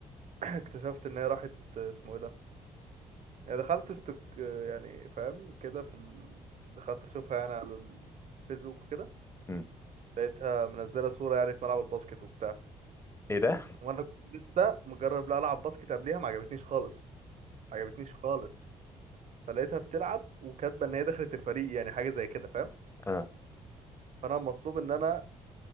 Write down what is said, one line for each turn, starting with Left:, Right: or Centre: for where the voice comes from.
Right: اكتشفت ان هي راحت اسمه ايه ده يعني دخلت استك يعني فاهم كده في ال... دخلت اشوفها يعني على الفيسبوك وكده
Left: م.
Right: لقيتها منزله صوره يعني في ملعب الباسكت وبتاع
Left: ايه ده
Right: وانا كنت لسه مجرب لا العب باسكت قبليها ما عجبتنيش خالص ما عجبتنيش خالص فلقيتها بتلعب وكاتبه ان هي دخلت الفريق يعني حاجه زي كده فاهم
Left: اه
Right: فانا المطلوب ان انا